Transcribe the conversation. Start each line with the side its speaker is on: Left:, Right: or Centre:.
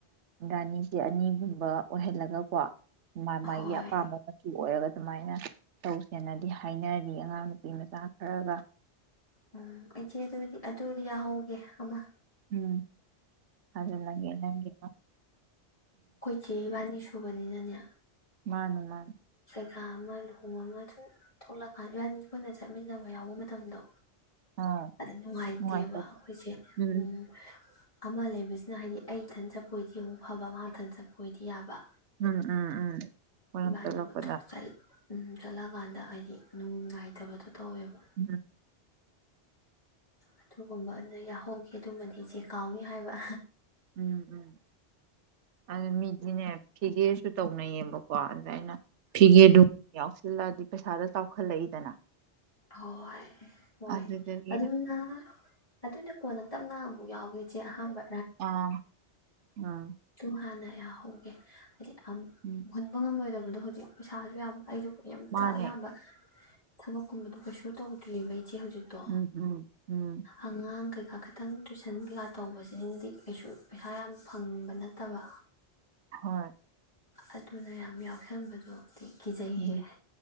Right: ꯔꯥꯅꯤꯁꯦ ꯑꯅꯤꯒꯨꯝ ꯑꯣꯏꯍꯜꯂꯒꯀꯣ ꯃꯥ - ꯃꯥꯒꯤ
Left: ꯍꯣꯏ
Right: ꯑꯄꯥꯝꯕ ꯃꯆꯨ ꯑꯣꯏꯔꯒ ꯑꯗꯨꯃꯥꯏꯅ ꯇꯧꯁꯦꯅꯗꯤ ꯍꯥꯏꯅꯔꯤ ꯑꯉꯥꯡ ꯅꯨꯄꯤ ꯃꯆꯥ ꯈꯔꯒ
Left: ꯎꯝ ꯏꯆꯦ ꯑꯗꯨꯗꯤ ꯑꯗꯨꯗꯤ ꯌꯥꯍꯧꯒꯦ ꯑꯃ꯫
Right: ꯎꯝ ꯊꯖꯤꯜꯂꯒꯦ ꯅꯪꯒꯤ ꯑꯃ꯫
Left: ꯈꯣꯏ ꯆꯦ ꯏꯕꯥꯟꯅꯤꯁꯨ ꯕꯅꯤꯅꯅꯦ
Right: ꯃꯥꯅꯦ - ꯃꯥꯅꯦ꯫
Left: ꯊꯥ ꯑꯃ ꯂꯨꯍꯣꯡ ꯑꯃ ꯁꯨꯝ ꯊꯣꯛꯂꯛꯀꯥꯟꯗ ꯏꯕꯥꯅꯤ ꯁꯨꯝ ꯄꯨꯟꯅ ꯆꯠꯃꯤꯟꯅꯕ ꯌꯥꯎꯕ ꯃꯇꯝꯗꯣ
Right: ꯑꯥ
Left: ꯑꯗꯨ ꯅꯨꯡꯉꯥꯏꯇꯦꯕ
Right: ꯅꯨꯡꯉꯥꯏꯇꯕ
Left: ꯑꯩꯈꯣꯏꯁꯦ
Right: ꯎꯝ
Left: ꯎ ꯑꯃ ꯂꯩꯕꯁꯤꯅ ꯍꯥꯏꯗꯤ ꯑꯩ ꯏꯊꯟ ꯆꯠꯄꯣꯏꯗꯤ ꯑꯃꯨꯛ ꯐꯕ ꯃꯥ ꯏꯊꯟ ꯆꯠꯄꯣꯏꯗꯤ ꯌꯥꯕ꯫
Right: ꯎꯝ ꯎꯝ ꯎꯝ꯫ ꯄꯨꯂꯞ
Left: ꯏꯕꯅꯤꯃꯛ
Right: ꯆꯠꯂꯛꯄꯗ
Left: ꯊꯣꯛ ꯆꯜꯂꯦ꯫ ꯎꯝ ꯆꯠꯂꯀꯥꯟꯗ ꯍꯥꯏꯗꯤ ꯅꯨꯡꯉꯥꯏꯇꯕꯗꯨ ꯇꯧꯋꯦꯕ
Right: ꯎꯝ
Left: ꯑꯗꯨꯒꯨꯝꯕꯅ ꯌꯥꯍꯧꯒꯦ ꯑꯗꯨꯃꯗꯤ ꯏꯆꯦ ꯀꯥꯎꯅꯤ ꯍꯥꯏꯕ
Right: ꯎꯝ ꯎꯝ ꯑꯗꯨ ꯃꯤꯗꯤꯅꯦ ꯐꯤꯒꯦꯁꯨ ꯇꯧꯅꯩꯌꯦꯕꯀꯣ ꯥꯏꯩꯅ ꯐꯤꯒꯦ ꯑꯗꯨ ꯌꯥꯎꯁꯤꯜꯂꯛꯑꯗꯤ ꯄꯩꯁꯥꯗ ꯆꯥꯎꯈꯠꯂꯛꯏꯗꯅ
Left: ꯍꯣꯏ ꯍꯣꯏ
Right: ꯑꯗꯨꯗꯒꯤ
Left: ꯑꯗꯨꯅ ꯑꯗꯨꯅꯦ ꯀꯣꯟꯅ ꯇꯞꯅ ꯑꯃꯨꯛ ꯌꯥꯎꯒꯦ ꯏꯆꯦ ꯑꯍꯥꯟꯕ
Right: ꯑꯥ ꯎꯝ
Left: ꯑꯗꯨꯨ ꯍꯥꯟꯅ ꯌꯥꯍꯧꯒꯦ ꯍꯥꯏꯗꯤ ꯨꯉꯕ
Right: ꯎꯝ
Left: ꯍꯨꯟꯕꯉꯝ ꯑꯣꯏꯗꯕ ꯑꯗꯣ ꯍꯧꯖꯤꯛ ꯄꯩꯁꯥꯁꯨ ꯌꯥꯝ ꯑꯩꯁꯨ ꯑꯝꯇ
Right: ꯃꯥꯅꯦ
Left: ꯑꯌꯥꯝꯕ ꯊꯕꯛꯀꯨꯝꯕꯗꯣ ꯀꯩꯁꯨ ꯇꯧꯗ꯭ꯔꯤꯕ ꯆꯦ ꯍꯧꯖꯤꯛꯇꯣ
Right: ꯎꯝ ꯎꯝ ꯎꯝ
Left: ꯑꯉꯥꯡꯒ ꯈꯤꯇꯪ ꯇꯨꯏꯁꯟ ꯀꯩꯀꯥ ꯇꯧꯕꯁꯤꯅꯗꯤ ꯀꯩꯁꯨ ꯄꯩꯁꯥ ꯌꯥꯝ ꯐꯪꯕ ꯅꯠꯇꯕ
Right: ꯍꯣꯏ
Left: ꯑꯗꯨꯅ ꯌꯥꯝ ꯌꯥꯎꯁꯟꯕꯗꯣ ꯀꯤꯖꯩꯍꯤ
Right: ꯎꯝ